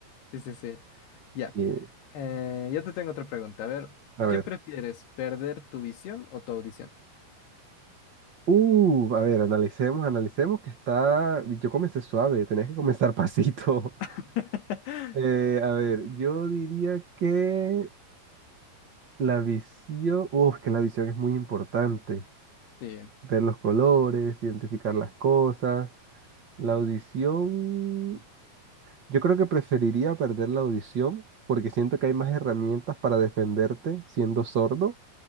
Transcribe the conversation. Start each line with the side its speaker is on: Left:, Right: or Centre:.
Left: Sí, sí, sí. Ya.
Right: Sí,
Left: Eh, yo te tengo otra pregunta. A ver,
Right: a ver.
Left: ¿qué prefieres, perder tu visión o tu audición?
Right: Uh, a ver, analicemos, analicemos que está... Yo comencé suave, tenías que comenzar pasito.
Left: <laughs>
Right: <laughs> Eh, a ver, yo diría que la visión... Uf, que la visión es muy importante.
Left: Sí.
Right: ver los colores, identificar las cosas. La audición, yo creo que preferiría perder la audición porque siento que hay más herramientas para defenderte siendo sordo